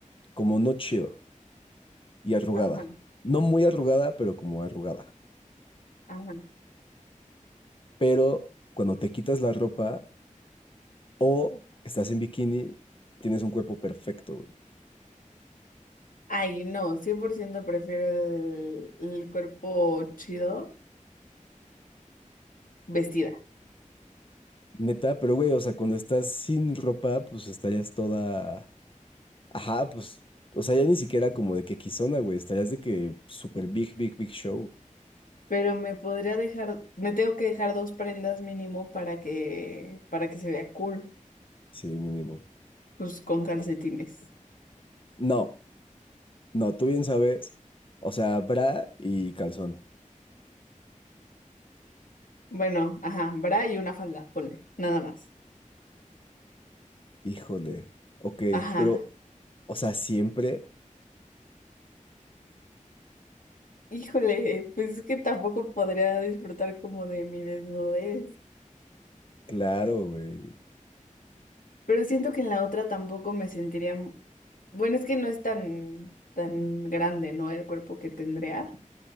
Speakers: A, on the left; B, on the left.
A: como no chido y arrugada.
B: Ajá,
A: No muy arrugada, pero como arrugada.
B: ajá.
A: Pero cuando te quitas la ropa o estás en bikini, tienes un cuerpo perfecto, güey.
B: Ay, no, Cien por ciento prefiero el, el cuerpo chido vestida.
A: Neta, pero güey, o sea, cuando estás sin ropa, pues estarías toda Ajá, pues, o sea, ya ni siquiera como de que Kizona, güey, estarías de que super big, big, big show,
B: Pero me podría dejar, me tengo que dejar dos prendas mínimo para que, para que se vea cool,
A: sí, mínimo.
B: pues con calcetines.
A: No, no, tú bien sabes, o sea, bra y calzón,
B: Bueno, ajá, bra y una falda, ponle, nada más.
A: híjole, ok,
B: Ajá.
A: pero, o sea, siempre,
B: Híjole, pues es que tampoco podría disfrutar como de mi desnudez.
A: claro, güey.
B: Pero siento que en la otra tampoco me sentiría. m- Bueno, es que no es tan, tan grande, ¿no? El cuerpo que tendría